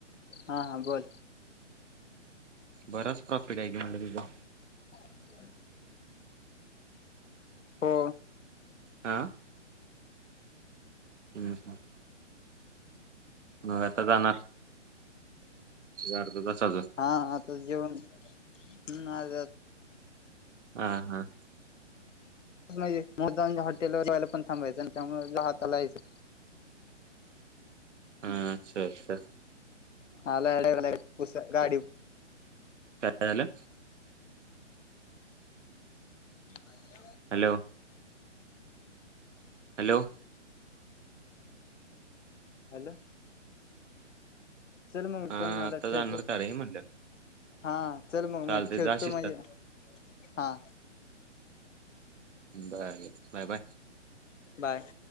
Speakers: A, on the left; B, on the right.
A: हा हा बोल.
B: बराच प्रॉफिट आहे की म्हणलं तुझं.
A: <inaudible> हो
B: हां <unintelligible> मगआता जाणार? अर्धा तास अजून
A: हा आता जेवण ह आ
B: हा, हा
A: म्हणजे मुद्दामून हॉटेलवर यायला पण थांबायच आणि त्यामुळे ज हातालायचं
B: हा अच्छा, अच्छा
A: आला गाडी
B: काय झालं?
A: <unintelligible>
B: हॅलो हॅलो
A: हॅलो चल मग
B: हा
A: मी पण आता
B: जाणार
A: ठेवतो
B: का रे म्हणलं
A: हा चल मग
B: चालतंय
A: मी ठेवतो
B: जा शिस्तात
A: म्हणजे हा
B: बर, बर बाय, बाय
A: बाय